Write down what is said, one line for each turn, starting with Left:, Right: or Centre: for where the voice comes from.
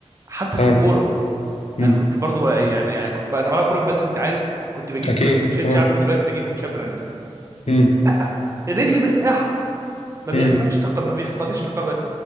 Right: حتى
Left: اه
Right: في الكوره
Left: امم
Right: انا كنت برضو يعني يعني كنت بقى انا بلعب كوره من بدري وانت عارف كنت بجيب
Left: اكيد
Right: كو- كوتشات
Left: اه
Right: شعبي ودلوقتي بجيب كوتشات براند
Left: مم.
Right: لا رجلي مرتاحه ما بيحصلش
Left: مم.
Right: تق... ما بيحصليش تقر...